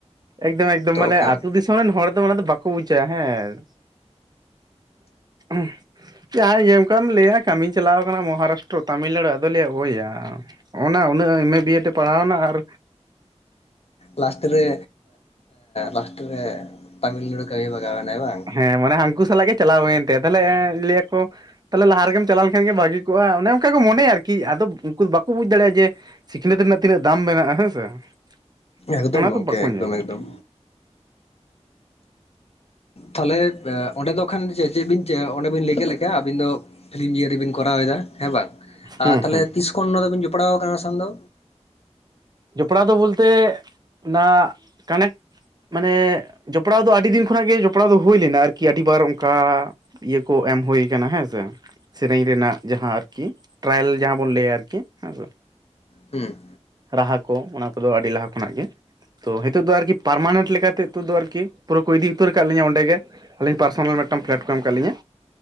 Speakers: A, on the right; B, on the left.
A: ᱮᱠᱫᱚᱢ ᱮᱠᱫᱚᱢ
B: ᱛᱚ
A: ᱢᱟᱱᱮ
B: ᱠᱷᱟᱱ
A: ᱟᱹᱛᱩ ᱫᱤᱥᱚᱢ ᱨᱮᱱ ᱦᱚᱲ ᱫᱚ ᱚᱱᱟ ᱫᱚ ᱵᱟᱠᱚ ᱵᱩᱡᱟ ᱦᱮᱸᱼᱼ <unintelligible> ᱡᱟᱦᱟᱸ <unintelligible> ᱞᱟᱹᱭᱟ ᱠᱟᱹᱢᱤᱧ ᱪᱟᱞᱟᱣ ᱟᱠᱟᱱᱟ ᱢᱚᱦᱟᱨᱟᱥᱴᱨᱚ ᱛᱟᱢᱤᱞᱱᱟᱲᱩ ᱟᱫᱚᱭ ᱞᱟᱭᱟ ᱦᱚᱭᱼᱟ ᱦᱚᱜ ᱱᱟ ᱩᱱᱟᱹᱜ ᱮᱢ ᱮ ᱵᱤᱭᱮ ᱛᱮ ᱯᱟᱲᱦᱟᱣ ᱮᱱᱟ ᱟᱨᱼᱼ
B: ᱞᱟᱥᱴ ᱨᱮ ᱞᱟᱥᱴ ᱨᱮ ᱛᱟᱢᱤᱞᱱᱟᱲᱩ ᱠᱟᱹᱢᱤ ᱵᱟᱜᱟᱣᱱᱟᱭ ᱵᱟᱝ,
A: ᱦᱮᱸ ᱢᱟᱱᱮ ᱦᱟᱹᱱᱠᱩ ᱥᱟᱞᱟᱜ ᱜᱮ ᱪᱟᱞᱟᱣ ᱦᱩᱭᱮᱱ ᱛᱟᱭᱟ ᱛᱟᱦᱞᱮ ᱞᱟᱹᱭᱟ ᱠᱚ ᱛᱟᱦᱚᱞᱮ ᱞᱟᱦᱟ ᱨᱮᱜᱮᱢ ᱪᱟᱞᱟᱣ ᱞᱮᱱ ᱠᱷᱟᱱ ᱜᱮ ᱵᱷᱟᱹᱜᱤᱼᱼ ᱚᱱᱮ ᱚᱱᱠᱟ ᱜᱮ ᱢᱚᱱᱮᱭᱟ ᱟᱨᱠᱤ ᱟᱫᱚ ᱩᱱᱠᱩ ᱫᱚ ᱵᱟᱠᱚ ᱵᱩᱡ ᱫᱟᱲᱮᱭᱟᱜᱼᱟ ᱥᱤᱠᱷᱱᱟᱹᱛ ᱨᱮᱱᱟᱜ ᱛᱤᱱᱟᱹᱜ ᱫᱟᱢ ᱢᱮᱱᱟᱜᱼᱟ᱾ <unintelligible>
B: ᱮᱠᱫᱚᱢ
A: ᱚᱱᱟ
B: ᱜᱚᱢᱠᱮ
A: ᱫᱚ ᱵᱟᱠᱚ
B: ᱮᱠᱫᱚᱢ
A: ᱧᱮᱞᱟ᱾
B: ᱮᱠᱫᱚᱢ ᱛᱟᱦᱚᱞᱮ ᱚᱸᱰᱮ ᱫᱚᱼᱼ ᱠᱷᱟᱱ ᱪᱮᱫ ᱪᱮᱫ ᱵᱤᱱ ᱪᱮᱫ ᱚᱸᱰᱮ ᱵᱤᱱ ᱞᱟᱹᱭ ᱠᱮᱫ ᱞᱮᱠᱟᱭᱟ ᱟᱵᱤᱱ ᱫᱚ ᱯᱷᱤᱞᱤᱢ ᱡᱤᱭᱟᱹ ᱨᱮᱵᱤᱱ ᱠᱚᱨᱟᱣ ᱮᱫᱟ ᱦᱮᱸ ᱵᱟᱝ? ᱟᱨ
A: ᱦᱮᱸ
B: ᱛᱟᱦᱞᱮ
A: ᱦᱮᱸ
B: ᱛᱤᱥ ᱠᱷᱚᱱ ᱱᱚᱣᱟ ᱫᱚᱵᱤᱱ ᱡᱚᱯᱲᱟᱣ ᱟᱠᱟᱱᱟ ᱱᱚᱣᱟ ᱥᱟᱝ ᱫᱚ?
A: ᱡᱚᱯᱲᱟᱣ ᱫᱚ ᱵᱚᱞᱛᱮ ᱚᱱᱟ ᱠᱟᱱᱮᱠᱴ ᱢᱟᱱᱮ ᱡᱚᱯᱲᱟᱣ ᱫᱚ ᱟᱹᱰᱤ ᱫᱤᱱ ᱠᱷᱚᱱᱟᱜ ᱜᱮ ᱡᱚᱯᱲᱟᱣ ᱫᱚ ᱦᱩᱭ ᱞᱮᱱᱟ ᱟᱨᱠᱤ ᱟᱹᱰᱤ ᱵᱟᱨ ᱚᱱᱠᱟ᱾ ᱤᱭᱟᱹ ᱠᱚ ᱮᱢ ᱦᱩᱭᱩ ᱠᱟᱱᱟ ᱦᱮᱸᱥᱮ ᱥᱮᱨᱮᱧ ᱨᱮᱱᱟᱜ ᱡᱟᱦᱟᱸ ᱟᱨᱠᱤ ᱴᱨᱟᱭᱮᱞ ᱡᱟᱦᱟᱸ ᱵᱚᱱ ᱞᱟᱹᱭᱟ ᱟᱨᱠᱤ ᱦᱮ
B: ᱦᱮᱸ
A: ᱨᱟᱦᱟ ᱠᱚ ᱚᱱᱟ ᱠᱚᱫᱚ ᱟᱹᱰᱤ ᱞᱟᱦᱟ ᱠᱷᱚᱱᱟᱜ ᱜᱮᱼᱼ ᱛᱚ ᱱᱤᱛᱳᱜ ᱫᱚ ᱟᱨᱠᱤ ᱯᱟᱨᱢᱟᱱᱮᱱᱴ ᱞᱮᱠᱟ ᱛᱮ ᱱᱤᱛᱚᱜ ᱫᱚ ᱟᱨᱠᱤ ᱯᱩᱨᱟᱹ ᱠᱚ ᱤᱫᱤ ᱩᱛᱟᱹᱨ ᱠᱟᱜ ᱞᱤᱧᱟ ᱚᱸᱰᱮ ᱜᱮ᱾ ᱟᱹᱞᱤᱧ ᱯᱟᱨᱥᱳᱱᱟᱞ ᱢᱤᱫᱴᱟᱱ ᱯᱞᱟᱴ ᱠᱚ ᱟᱢ ᱟᱠᱟᱫ ᱞᱤᱧᱟ᱾